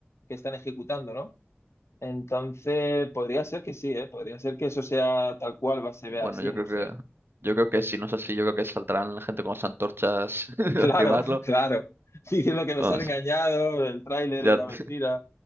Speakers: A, on the left; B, on the right.
A: que están ejecutando, ¿no? Entonces, podría ser que sí, ¿eh? Podría ser que eso sea tal cual, va, se
B: Bueno,
A: vea así,
B: yo
A: no
B: creo
A: sé.
B: que yo creo que si no es así, yo creo que saltarán la gente con las antorchas <laughs>
A: Claro,
B: a quemarlo.
A: claro. <laughs> Diciendo que nos
B: Vamos,
A: han engañado, el tráiler
B: ya
A: era
B: <laughs>
A: mentira.